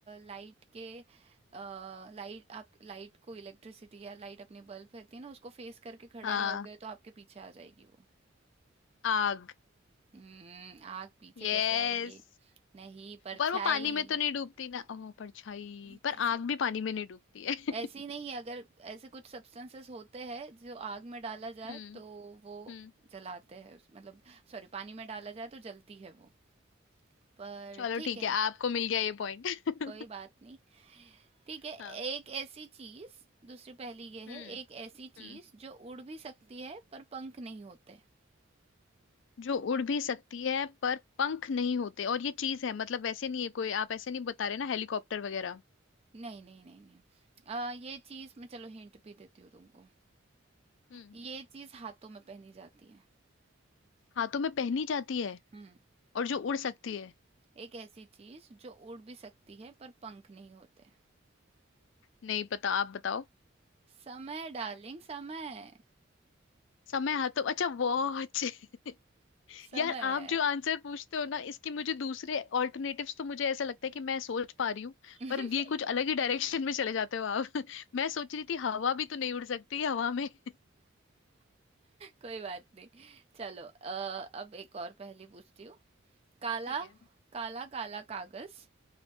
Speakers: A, on the right; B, on the left.
A: लाइट के लाइट आप लाइट को इलेक्ट्रिसिटी या लाइट अपनी बल्ब रहती है ना उसको फेस करके खड़े
B: हाँ
A: रहोगे तो आपके पीछे आ जाएगी वो
B: आग
A: हम्म आग पीछे
B: यस
A: कैसे आएगी नहीं परछाई
B: पर वो पानी में तो नहीं डूबती ना ओ परछाई
A: हम्म,
B: पर
A: कैसे
B: आग भी पानी में नहीं डूबती है <laughs>
A: ऐसी नहीं अगर ऐसे कुछ सब्सटेंसेस होते हैं जो आग में डाला जाए
B: हम्म
A: तो वो
B: हम्म
A: जलाते हैं उस- मतलब सॉरी पानी में डाला जाए तो जलती है वो पर
B: चलो
A: ठीक
B: ठीक
A: है
B: है आपको मिल गया ये पॉइंट
A: कोई बात
B: <laughs>
A: नहीं ठीक है
B: हाँ
A: एक ऐसी चीज दूसरी पहेली ये
B: हम्म
A: है एक ऐसी चीज
B: हम्म
A: जो उड़ भी सकती है पर पंख नहीं होते
B: जो उड़ भी सकती है पर पंख नहीं होते और ये चीज है मतलब वैसे नहीं है कोई आप ऐसे नहीं बता रहे ना हेलीकॉप्टर वगैरह
A: नहीं नहीं नहीं नहीं आ, ये चीज मैं चलो हिंट भी देती हूँ तुमको
B: हम्म
A: ये चीज हाथों में पहनी जाती है
B: हाथों में पहनी जाती है
A: हम्म
B: और जो उड़ सकती है
A: एक ऐसी चीज जो उड़ भी सकती है पर पंख नहीं होते
B: नहीं पता आप बताओ
A: समय डार्लिंग समय
B: समय हाथों अच्छा वॉच <laughs>
A: समय
B: यार आप जो आंसर पूछते हो ना इसके मुझे दूसरे ऑल्टरनेटिव्स तो मुझे ऐसा लगता है कि मैं सोच पा रही हूँ
A: <laughs>
B: पर ये कुछ अलग ही डायरेक्शन में चले जाते हो आप <laughs> मैं सोच रही थी हवा भी तो नहीं उड़ सकती हवा में <laughs>
A: कोई बात नहीं चलो अ, अब एक और पहेली पूछती हूँ काला
B: ठीक है
A: काला काला कागज